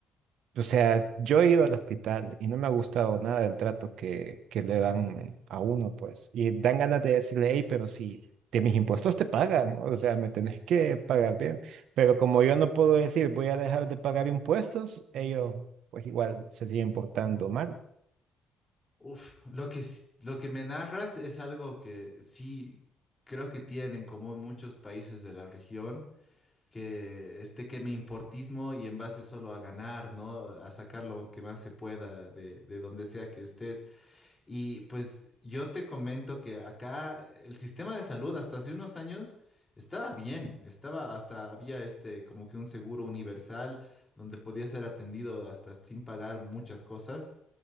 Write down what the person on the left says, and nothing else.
Uf, lo que, s- lo que me narras es algo que sí creo que tienen en común muchos países de la región, que este que me importismo y en base solo a ganar, ¿no? A sacar lo que más se pueda de, de donde sea que estés. Y pues yo te comento que acá el sistema de salud hasta hace unos años estaba bien, estaba hasta había este como que un seguro universal donde podía ser atendido hasta sin pagar muchas cosas,